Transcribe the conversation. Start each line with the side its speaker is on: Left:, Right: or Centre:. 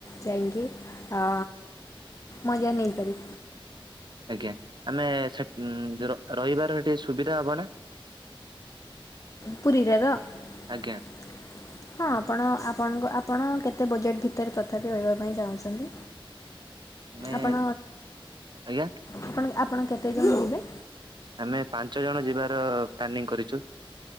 Left: ଯାଇକି ଅ ମଜା ନେଇପାରି
Right: ଆଜ୍ଞା ଆମେ ସେ ର ରହିବାର ସେଠି ସୁବିଧା ହବ ନା?
Left: ପୁରୀ ରାର
Right: ଆଜ୍ଞା।
Left: <unintelligible> ହଁ ଆପଣ ଆପଣଙ୍କ ଆପଣ କେତେ ବଜେଟ୍ ଭିତରେ ତଥାପି ରହିବା ପାଇଁ ଚାହୁଁଛନ୍ତି?
Right: ଆମେ
Left: ଆପଣ
Right: ଆଜ୍ଞା
Left: ଆପଣ ଆପଣ କେତେ ଜଣ ଯିବେ?
Right: ଆମେ ପାଞ୍ଚ ଜଣ ଯିବାର ପ୍ଲାନିଂ କରିଛୁ।